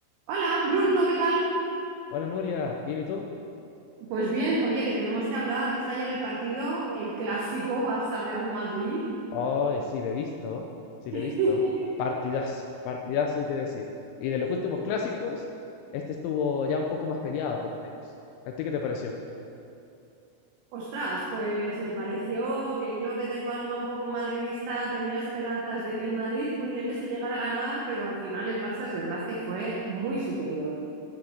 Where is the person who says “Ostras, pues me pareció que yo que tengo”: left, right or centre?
Right